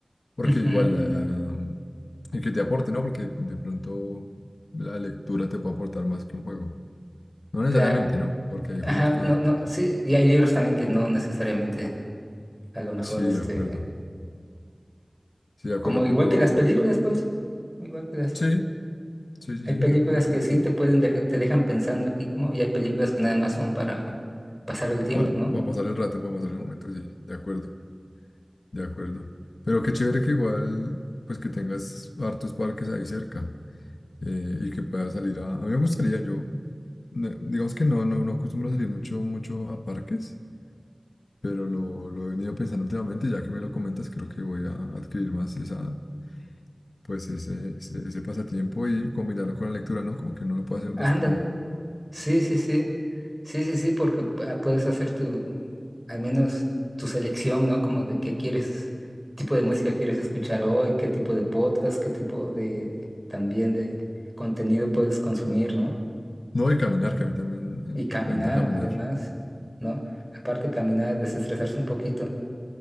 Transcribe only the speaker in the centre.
Ujú,
claro,
ajá,
no, no, sí, y hay libros también que no necesariamente, a lo mejor,
este,
como igual
que las películas, pues, igual que las
Hay
películas
que sí
te pueden dejar, te dejan pensando aquí como, y hay películas que nada más son para pasar el tiempo,
¿no?
Ándale.
Sí, sí, sí. Sí, sí, sí, porque ah, puedes hacer tu, al menos tu selección, ¿no? Como de qué quieres, tipo de música quieres escuchar hoy, qué tipo de podcast, qué tipo de, también de contenido puedes consumir, ¿no?
Y
caminar,
además, ¿no? Aparte, caminar, desestresarse un poquito.